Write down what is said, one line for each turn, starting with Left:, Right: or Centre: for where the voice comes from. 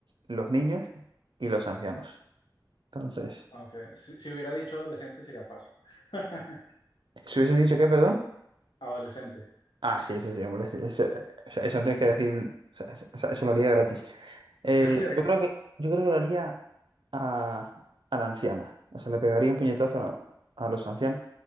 Right: los niños y los ancianos. Entonces,
Left: Aunque si, si hubiera dicho adolescente sería fácil. <laughs>
Right: si hubieses dicho qué, perdón?
Left: Adolescente.
Right: Ah, sí, eso sí, hombre. sí, eso, o sea, eso no tienes que decir. o sea, eso, o sea, eso lo haría gratis. Eh,
Left: <laughs>
Right: yo creo que, yo creo que lo haría a, a la anciana. O sea, le pegaría un puñetazo a, la- a los ancianos